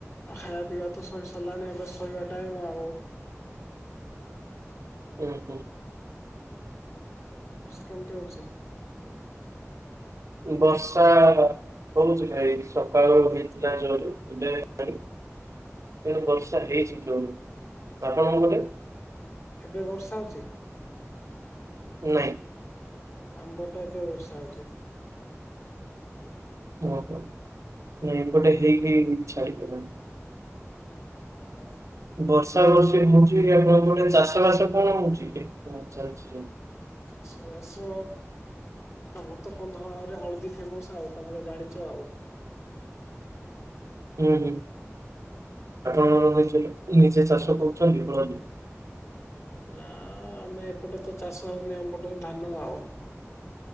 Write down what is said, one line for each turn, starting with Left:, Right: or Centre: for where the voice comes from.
Left: ଆ-ଖାଇବା ପିଇବା ତ ସରିସା ସରିଲାଣି ଏବେ ଶୋଇବା ଟାଇମ୍ ଆଉ।
Right: ଉଁ ହୁଁ।
Left: କେମତି ହୋଉଚି?
Right: ବର୍ଷା ହ ହୋଉଚି ଭାଇ ସକାଳୁ ହେଇଥିଲା ଜୋରେ ଏବେ ହେଲାଣି। ଇଆଡେ ବର୍ଷା ହେଇଚି ଜୋରେ ତ ଆପଣଙ୍କ ପଟେ
Left: ଏବେ ବର୍ଷା ହୋଉଚି?
Right: ନାଇଁ।
Left: ଆମ୍ ପଟେ ଏବେ ବର୍ଷା ହୋଉଚି।
Right: ଓହୋ ନାଇଁ ଏପଟେ ହେଇକି ଛାଡ଼ିଗଲାଣି।
Left: ଆଉ
Right: ବର୍ଷା ବର୍ଷି ହୋଉଚି ଇଆଡେ କେମତି ଗୋଟେ ଚାଷ ବାସ କଣ ହୋଉଚି କେମତି କଣ ଚାଲିଚି ସେ
Left: ଚାଷବାସ ଆମର ତ କନ୍ଧମାଳରେ ହଳଦୀ ଫେମସ ଆଉ ତମେ ତ ଜାଣିଚ ଆଉ।
Right: ଉଁ ହୁଁ ଆପଣଙ୍କର ତ ଜିଲ୍ଲା ନିଜେ ଚାଷ କରୁଚନ୍ତି ହଳଦୀ?
Left: ନା ଆମେ ଏପଟେ ତ ଚାଷ ହୋଉନି ଅମ ପଟରେ ଧାନ ଆଉ।